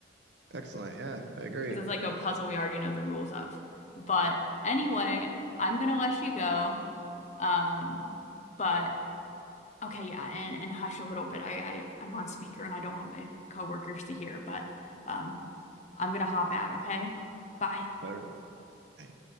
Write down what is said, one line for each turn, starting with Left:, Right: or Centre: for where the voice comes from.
Right: Excellent. Yeah, I agree.
Left: because it's like a puzzle we already know the rules of. But anyway, I'm gonna let you go. Um, but okay, yeah, and and hush a little bit. I, I I'm on speaker and I don't want my coworkers to hear, but um, I'm gonna hop out, okay? Bye.
Right: All right.